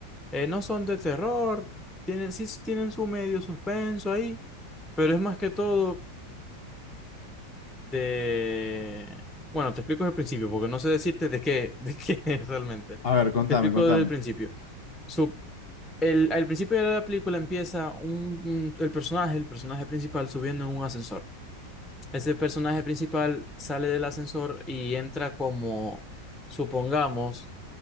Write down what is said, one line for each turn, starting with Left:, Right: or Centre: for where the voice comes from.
Centre: Eh, no son de terror, tienen, sí s- tienen su medio suspenso ahí, pero es más que todo de... Bueno, te explico desde el principio, porque no sé decirte de qué, <laughs> de qué es realmente.
Left: A ver, contame,
Centre: Te explico
Left: contame.
Centre: desde el principio. Su- el, al principio de la película empieza un, un- el personaje, el personaje principal subiendo en un ascensor. Ese personaje principal sale del ascensor y entra como, supongamos,